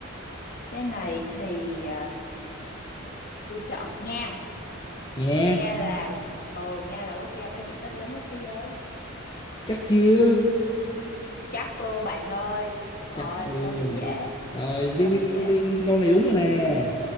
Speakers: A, on the left; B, on the left.
A: cái này thì à, tôi chọn Nga.
B: Nha
A: Nga là ừ Nga là quốc gia có diện tích lớn nhất thế giới.
B: Chắc chưa?
A: chắc luôn bạn ơi rồi
B: Chắc ừ.
A: câu này dễ
B: Rồi điên
A: câu này
B: điên điên
A: dễ
B: điên điên. Câu này đúng rồi nè